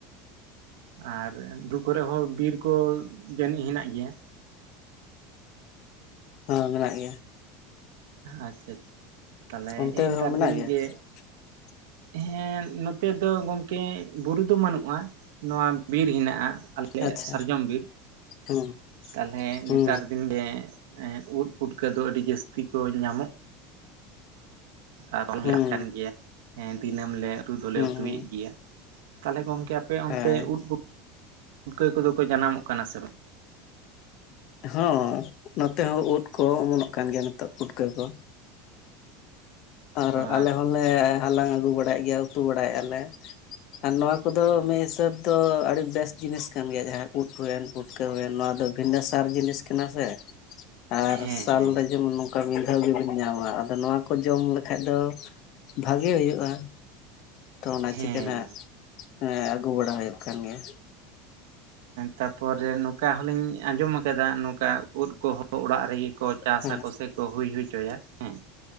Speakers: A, on the right; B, on the left.
A: ᱟᱨ ᱵᱩᱨᱩ ᱠᱚᱨᱮ ᱦᱚᱸ ᱵᱤᱨ ᱠᱚ ᱡᱟᱹᱱᱤᱡ ᱦᱮᱱᱟᱜ ᱜᱮᱭᱟ?
B: ᱦᱮᱸ ᱢᱮᱱᱟᱜ ᱜᱮᱭᱟ᱾
A: ᱟᱪᱪᱷᱟ ᱛᱟᱞᱦᱮ
B: ᱚᱱᱛᱮ
A: ᱮᱱᱛᱟ
B: ᱦᱚᱸ ᱢᱮᱱᱟᱜ
A: ᱫᱤᱱ
B: ᱜᱮᱭᱟ
A: ᱜᱮ
B: <inaudible>
A: ᱦᱮᱸ ᱱᱚᱛᱮ ᱫᱚ ᱜᱚᱝᱠᱮ ᱵᱩᱨᱩ ᱫᱚ ᱵᱟᱹᱱᱩᱜᱼᱟ, ᱱᱚᱣᱟ ᱵᱤᱨ ᱦᱮᱱᱟᱜᱼᱟ᱾ ᱟᱞᱮ
B: ᱟᱪᱪᱷᱟ
A: ᱥᱟᱨᱡᱚᱢ ᱵᱤᱨ,
B: ᱦᱩᱸ
A: ᱛᱟᱞᱦᱮ
B: ᱦᱩᱸ
A: ᱱᱮᱛᱟᱨ ᱫᱤᱱ ᱜᱮ ᱩᱫ ᱯᱩᱴᱠᱟᱹ ᱫᱚ, ᱟᱹᱰᱤ ᱡᱟᱹᱥᱛᱤ ᱠᱚ ᱧᱟᱢᱚᱜ ᱟ ᱟᱨ
B: ᱦᱩᱸ
A: ᱠᱟᱱ ᱜᱮᱭᱟ, ᱦᱮᱸ ᱫᱤᱱᱟᱹᱢ ᱞᱮ ᱩᱛᱩ ᱫᱚᱞᱮ
B: ᱦᱩᱸ
A: ᱩᱛᱩᱭᱮᱜ
B: ᱦᱩᱸ
A: ᱜᱮᱭᱟ᱾ ᱛᱟᱞᱦᱮ ᱜᱚᱝᱠᱮ ᱟᱯᱮ ᱚᱱᱛᱮ
B: ᱦᱮᱸ
A: ᱩᱫ ᱯᱩᱴᱠᱟᱹ ᱠᱚᱫᱚ ᱠᱚ ᱡᱟᱱᱟᱢᱚᱜ ᱠᱟᱱᱟ ᱥᱮ ᱵᱟᱝ?
B: ᱦᱚᱸ ᱱᱚᱛᱮ ᱦᱚᱸ ᱩᱫ ᱠᱚ, ᱚᱢᱚᱱᱚᱜ ᱠᱟᱱ ᱜᱮᱭᱟ ᱱᱤᱛᱚᱜ ᱯᱩᱴᱠᱟᱹ ᱠᱚ᱾ ᱟᱨ
A: ᱚ
B: ᱟᱞᱮ
A: ᱟᱪᱪᱷᱟ
B: ᱦᱚᱸᱞᱮ ᱦᱟᱞᱟᱝ ᱟᱹᱜᱩ ᱵᱟᱲᱟᱭᱮᱜ ᱜᱮᱭᱟ, ᱩᱛᱩ ᱵᱟᱲᱟᱭᱮᱜᱼᱟ ᱞᱮ᱾ ᱟᱨ ᱱᱚᱣᱟ ᱠᱚᱫᱚ ᱢᱤᱫ ᱦᱤᱥᱟᱹᱵ ᱫᱚ, ᱟᱹᱰᱤ ᱵᱮᱥ ᱡᱤᱱᱤᱥ ᱠᱟᱱ ᱜᱮᱭᱟ, ᱡᱟᱦᱟᱸ ᱩᱫ ᱦᱩᱭᱮᱱ ᱯᱩᱴᱠᱟᱹᱦᱩᱭᱮᱱ, ᱱᱚᱣᱟ ᱫᱚ ᱵᱷᱤᱱᱟᱹ ᱥᱟᱨ ᱡᱤᱱᱤᱥ ᱠᱟᱱᱟ ᱥᱮ᱾ ᱟᱨ
A: ᱦᱮᱸ
B: ᱥᱟᱞ
A: ᱦᱮᱸ
B: ᱨᱮ ᱡᱮᱢᱚᱱ ᱱᱚᱝᱠᱟ ᱢᱤᱫ ᱫᱷᱟᱹᱣ ᱜᱮᱵᱤᱱ ᱧᱟᱢᱟ, ᱟᱫᱚ ᱱᱚᱣᱟ ᱠᱚ ᱡᱚᱢ ᱞᱮᱠᱟ ᱠᱷᱟᱡ ᱫᱚ ᱵᱷᱟᱜᱮ ᱦᱩᱭᱩᱜᱼᱟ ᱛᱚ ᱚᱱᱟ
A: ᱦᱮᱸ
B: ᱪᱤᱠᱟᱹ ᱱᱟᱜ ᱦᱮᱸ ᱟᱹᱜᱩ ᱵᱟᱲᱟ ᱦᱩᱭᱩᱜ ᱠᱟᱱ ᱜᱮᱭᱟ
A: ᱛᱟᱯᱚᱨᱮ ᱱᱚᱝᱠᱟ ᱦᱚᱞᱤᱧ ᱟᱸᱡᱚᱢ ᱟᱠᱟᱫᱟ ᱱᱚᱝᱠᱟ ᱩᱫ ᱠᱚᱦᱚᱸ ᱚᱲᱟᱜ ᱨᱮᱜᱮ ᱠᱚ ᱪᱟᱥᱟᱠᱚ
B: ᱦᱮᱸ
A: ᱥᱮ ᱠᱚ ᱦᱩᱭ ᱦᱚᱪᱚᱭᱟ ᱦᱮᱸ